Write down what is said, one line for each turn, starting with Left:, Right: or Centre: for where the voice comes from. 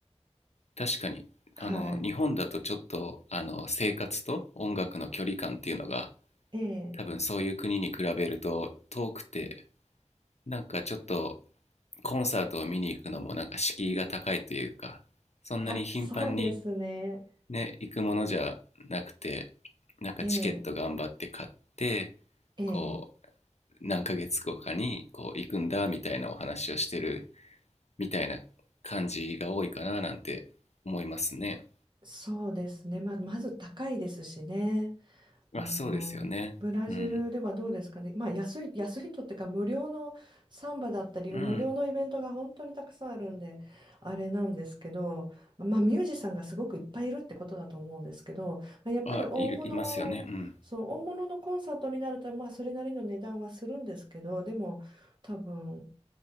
Left: 確かにあの日本だとちょっとあの生活と音楽の距離感っていうのが
Right: はい。ええ、
Left: 多分そういう国に比べると遠くてなんかちょっとコンサートを見に行くのもなんか敷居が高いというかそんなに頻繁に
Right: た、<laughs> そうですね。
Left: ね行くものじゃなくてなんかチケット頑張って買って
Right: ええ、ええ、
Left: こう何ヶ月後かにこう行くんだみたいなお話をしてるみたいな感じが多いかななんて思いますね。
Right: そうですね。ま、まず高いですしね。あの、
Left: あそうですよね。
Right: ブラジルではどうですかね。
Left: うん。
Right: まあ、安い、安いとってか、無料のサンバだったり、
Left: うん。
Right: 無料のイベントが本当にたくさんあるんで、あれなんですけど、まあ、ミュージシャンがすごくいっぱいいるってことだと思うんですけど、まあ、やっぱり大物、
Left: あいるいますよね。うん。
Right: そう、大物のコンサートになると、まあ、それなりの値段はするんですけど、でも、多分、